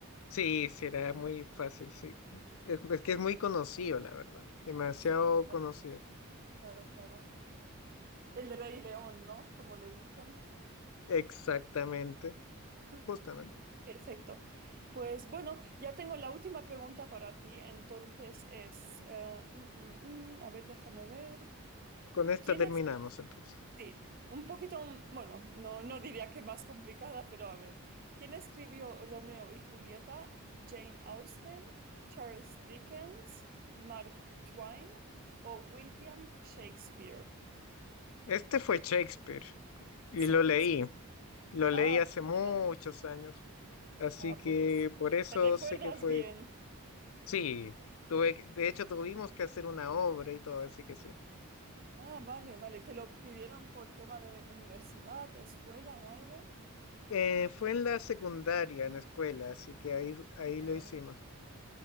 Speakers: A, on the left; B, on the right.
A: sí, será muy fácil, sí. Es, es que es muy conocido, la verdad. Demasiado
B: Sí,
A: conocido.
B: claro, claro. El rey león, ¿no? Como le dicen.
A: Exactamente,
B: <laughs>
A: justamente.
B: Perfecto. Pues bueno, ya tengo la última pregunta para ti. Entonces es, eh, mm, mm, mm, a ver, déjame ver.
A: Con esta
B: ¿Quién
A: terminamos
B: es?
A: entonces.
B: Sí, un poquito, mm, bueno, no, no diría que más complicada, pero a ver. ¿Quién escribió Romeo y Julieta? ¿Jane Austen, Charles Dickens, Mark Twain o William Shakespeare?
A: Este fue Shakespeare y
B: Sí,
A: lo leí.
B: sí.
A: Lo leí
B: Ah,
A: hace
B: pues,
A: muchos
B: mira.
A: años. Así
B: ah,
A: que
B: pues
A: por eso
B: te recuerdas
A: sé que fue.
B: bien.
A: Sí, tuve, que- de hecho tuvimos que hacer una obra y todo, así que sí.
B: Ah, vale, vale. ¿Te lo pidieron por tema de universidad, escuela o algo?
A: Eh, fue en la secundaria, en la escuela, así que ahí, ahí
B: Ah,
A: lo hicimos.